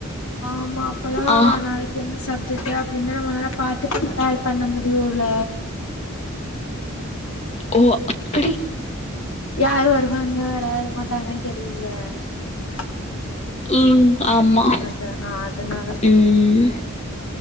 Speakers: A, on the left (about 75°); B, on the left (about 30°).
A: ஆமா அப்பதா
B: ஆ
A: நாளைக்கு என்ன சப்ஜெக்ட்டு அப்டின்லா நம்மனால பாத்து ப்ரிப்பேர் பண்ண முடியுல
B: ஓ அப்படி
A: யாரு வருவாங்க வர மாட்டாங்கன்னு தெரில ம்
B: ம் ஆமா
A: அத அதனால சொல்
B: ம்